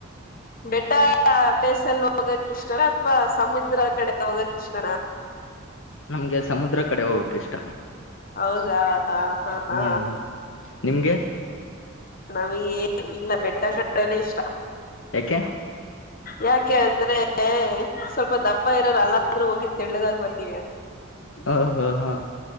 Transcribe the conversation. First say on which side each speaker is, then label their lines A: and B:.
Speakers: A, on the left; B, on the left.
A: ಬೆಟ್ಟ ಪ್ಲೇಸಲ್ ಹೋಗಕ್ ಇಷ್ಟನ ಅಥ್ವಾ ಸಮುದ್ರ ಕಡೆ ಹೋಗಕ್ ಇಷ್ಟನಾ
B: ನಮ್ಗೆ ಸಮುದ್ರ ಕಡೆ ಹೋಗಕ್ ಇಷ್ಟ.
A: ಹೌದಾ ಹಾಂ ಹಾಂ
B: ಹ್ಮ್ ನಿಮ್ಗೆ?
A: ನಮಿಗ್ ಏನ್ ಇಲ್ಲ ಬೆಟ್ಟ <unintelligible> ಇಷ್ಟ.
B: ಯಾಕೆ?
A: ಯಾಕೆ ಅಂದ್ರೆ ಸ್ವಲ್ಪ ದಪ್ಪ ಇರೋರ್ ಅವಾಗ್ಲಾದ್ರು ಹೋಗಿ ತೆಳ್ಳುಗಾಗ್ ಬರ್ತೀವಿ ಅ
B: ಓ ಓ ಹಾಂ